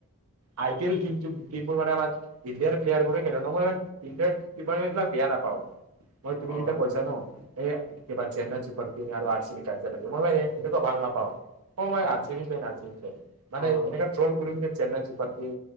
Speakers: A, on the right; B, on the left.
A: I P L টিমটোৰ মানে আমাৰ ইণ্ডিয়াৰ প্লেয়াৰবোৰে খেলে মই <unintelligible> ইমান এইবিলাক বেয়া নাপাওঁ, মই তুমি
B: হয়
A: যেতিয়া কৈছা ন এই কিবা ছেন্নাই চুপাৰ কিং আৰু আৰ চি বি কাজিয়া লাগে, মই কিবা এনেকুৱা ভাল নাপাওঁ। অ' মই
B: হয়
A: আৰ C B friend, R C B friend, মানে
B: অ
A: এনেকে ট্ৰল কৰিম চেন্নাই চুপাৰ কিং